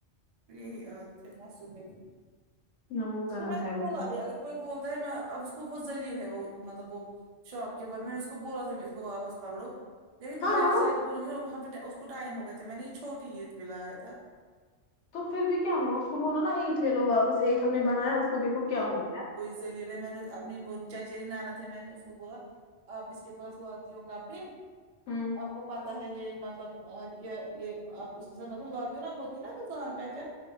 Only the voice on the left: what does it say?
نہ وہ غلط
ہے
بیٹا
ہاں
تو پھر بھی کیا ہوا اس کو بولو نا ایک لے لو واپس ایک ہم نے بنایا اس کو دیکھو کیا ہوگا
ہوں